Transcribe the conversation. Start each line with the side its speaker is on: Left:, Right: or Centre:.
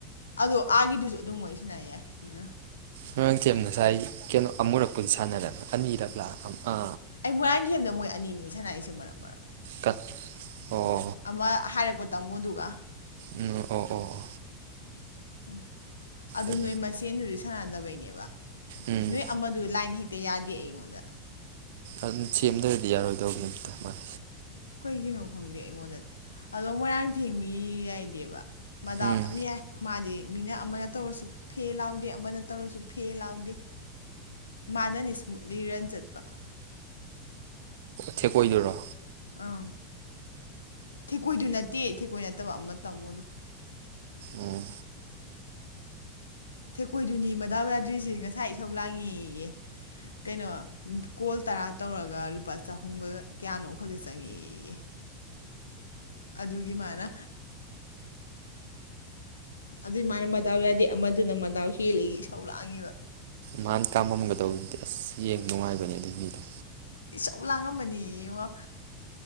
Left: ꯑꯗꯣ ꯑꯥꯒꯤꯗꯨꯁꯨ ꯑꯗꯨꯝ ꯋꯥꯔꯤ ꯁꯥꯟꯅꯥ ꯌꯥꯏ ꯅꯣꯏꯅ
Right: ꯃꯣꯊꯦꯝ ꯁꯥꯏꯁꯤ ꯀꯩꯅꯣ ꯑꯃꯨꯔꯛ ꯁꯥꯟꯅꯔꯝ ꯑꯅꯤꯔꯛ ꯂꯥ ꯑ
Left: ꯑꯩ ꯃꯣꯏꯔꯥꯡꯊꯦꯝꯗ ꯃꯣꯏ ꯑꯅꯤꯅꯤ ꯁꯅꯥꯏꯁꯦ ꯃꯔꯛ ꯃꯔꯛ
Right: ꯀꯠ ꯑꯣ
Left: ꯑꯃ ꯍꯥꯏꯔꯛꯄ ꯇꯥꯃꯣꯗꯨꯒ
Right: ꯎꯝ ꯑꯣ ꯑꯣ
Left: ꯎꯝ ꯑꯗꯨ
Right: ꯑꯩ
Left: ꯅꯣꯏ ꯃꯁꯦꯟ ꯁꯥꯟꯅꯗꯕꯩꯅꯦꯕ
Right: ꯎꯝ
Left: ꯅꯣꯏ ꯑꯃꯗꯨ ꯂꯥꯏꯟ ꯍꯦꯛ ꯌꯥꯗꯦ ꯑꯩꯉꯣꯟꯗ
Right: ꯑꯗꯨꯝ ꯁꯦꯝꯗ꯭ꯔꯗꯤ ꯌꯥꯔꯣꯏꯗꯧꯕꯒꯤ ꯑꯝꯇ ꯃꯥꯏ
Left: ꯀꯩꯒꯤꯅꯣ ꯈꯪꯗꯦ ꯑꯩꯉꯣꯟꯗ ꯑꯗꯣ ꯃꯣꯏꯔꯥꯡꯊꯦꯝꯒꯤ ꯌꯥꯏꯗꯤꯕ ꯃꯗꯥꯎ
Right: ꯎꯝ
Left: ꯌꯥꯝ ꯌꯥꯏ ꯃꯥꯗꯤ ꯃꯤꯅ ꯑꯃꯅ ꯇꯧꯔꯁꯨ ꯐꯦ ꯂꯥꯎꯗꯦ ꯑꯃꯅ ꯇꯧꯔꯁꯨ ꯐꯦ ꯂꯥꯎꯗꯦ ꯃꯥꯅꯅꯤ ꯏꯁꯃꯨꯠꯂꯤ ꯔꯟ ꯆꯠꯄ
Right: ꯊꯦꯛ ꯀꯣꯏꯗꯨꯔꯣ
Left: ꯑꯪ ꯊꯦꯀꯣꯏꯗꯨ ꯅꯠꯇꯦ ꯊꯦꯛꯀꯣꯏ ꯅꯠꯇꯕ ꯑꯃ ꯇꯥꯃꯣꯗꯣ꯫
Right: ꯎꯝ
Left: ꯊꯦꯛꯀꯣꯏꯗꯨꯅꯤ ꯃꯗꯥꯎ ꯌꯥꯗ꯭ꯔꯤꯁꯤ ꯉꯁꯥꯏ ꯏꯁꯧ ꯂꯥꯡꯉꯤꯌꯦ ꯀꯩꯅꯣ ꯀꯣꯜ ꯇꯔꯥ ꯇꯧꯔꯒ ꯂꯨꯄꯥ ꯆꯍꯨꯝꯒ ꯀꯌꯥꯅꯣ ꯈꯛꯇ ꯆꯪꯉꯌꯦ꯫ ꯑꯗꯨꯒꯤ ꯃꯥꯅ ꯑꯗꯨꯏꯃꯥꯏ ꯃꯗꯥꯎ ꯌꯥꯗꯦ ꯑꯃꯗꯨꯅ ꯃꯗꯥꯎ ꯍꯦꯜꯂꯦꯌꯦ ꯏꯁꯧ ꯂꯥꯡꯉꯤꯕ꯫
Right: ꯃꯥꯥꯅ ꯀꯥꯝꯃꯒꯗꯧꯗꯤ꯫ ꯑꯁ ꯌꯦꯡ ꯅꯨꯡꯉꯥꯏꯕꯅꯦ ꯑꯗꯨ ꯃꯤꯗꯣ
Left: ꯀꯨꯂꯥꯡ ꯑꯃꯅꯦ ꯌꯦꯡꯉꯣ